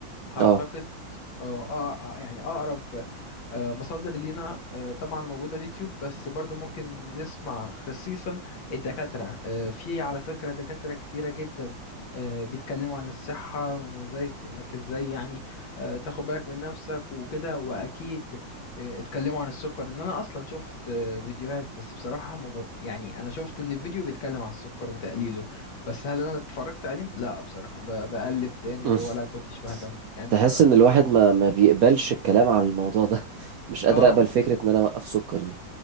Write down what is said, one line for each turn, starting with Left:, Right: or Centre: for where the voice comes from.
Left: اعتقد
Right: اه
Left: اه آه، آه، يعني اقرب آه، مصادر لينا آه، طبعا موجوده اليوتيوب بس برضو ممكن نسمع خصيصا الدكاتره آه، في على فكره دكاتره كتيره جدا آه، بيتكلموا عن الصحه وان ازاي انك ازاي يعني آه، تاخد بالك من نفسك وكده واكيد آه، اتكلموا عن السكر ان انا اصلا شفت آه، فيديوهات بس بصراحه ما ب... يعني انا شفت ان الفيديو بيتكلم عن السكر وتقليله بس هل انا اتفرجت عليه لا بصراحه ب- بقلب تاني
Right: <laughs>
Left: ولا كنتش بهتم يعني
Right: تحس
Left: انت
Right: ان
Left: فت
Right: الواحد ما ما بيقبلش الكلام على الموضوع ده <laughs> مش قادر
Left: اه
Right: اقبل فكرة ان انا اوقف سكر دي